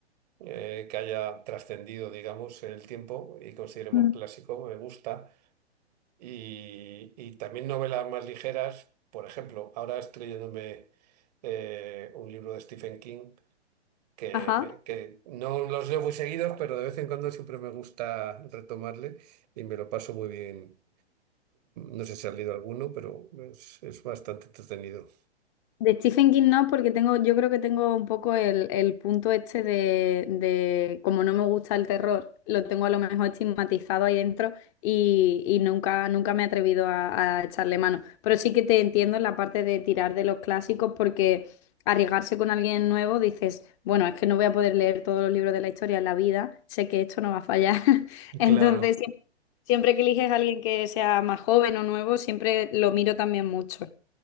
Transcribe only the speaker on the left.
Ujú.
Ajá.
De Stephen King no, porque tengo, yo creo que tengo un poco el, el punto este de, de, como no me gusta el terror, lo tengo a lo mejor estigmatizado ahí dentro y, y nunca, nunca me he atrevido a, a echarle mano. Pero sí que te entiendo en la parte de tirar de los clásicos, porque arriesgarse con alguien nuevo dices, bueno, es que no voy a poder leer todos los libros de la historia en la vida, sé que esto no va a fallar. <laughs> Entonces,
siempre siempre que eliges a alguien que sea más joven o nuevo, siempre lo miro también mucho.